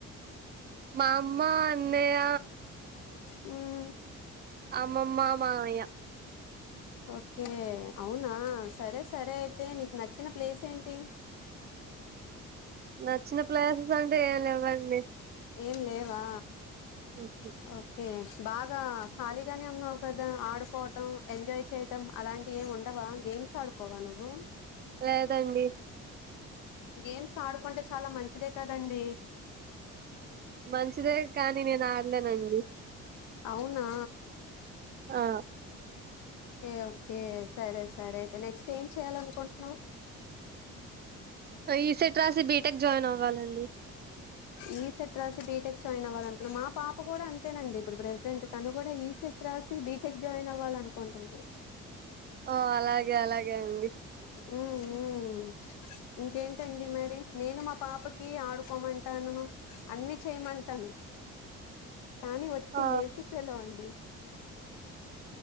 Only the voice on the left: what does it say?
ఉమ్
ఓకే అవునా సరే సరే అయితే నీకు నచ్చిన ప్లేస్ ఏంటి
ఏం లేవా
ఓకే బాగా ఖాళీగానే ఉన్నావు కదా ఆడుకోవటం ఎంజాయ్ చేయటం అలాంటివి ఏమి ఉండవా గేమ్స్ ఆడుకోవా నువ్వు
గేమ్స్ ఆడుకుంటే చాలా మంచిదే కదండి
అవునా
ఓకే ఓకే సరే సరే అయితే నెక్స్ట్ ఏం చేయాలనుకుంటున్నావు
ఈ సెట్ రాసి బీటెక్ జాయిన్ అవ్వాల అనుకుంటన్నా మా పాప కూడా అంతేనండి ఇప్పుడు ప్రజెంట్ తను కూడా ఈ సెట్ రాసి బీటెక్ జాయిన్ అవ్వాలనుకుంటుంది.
ఉమ్ ఉమ్ ఇంకేంటండి మరి నేను మా పాపకి ఆడుకోమంటాను అన్ని చేయమంటాను కానీ వట్టి
లేజీ ఫెలో అండి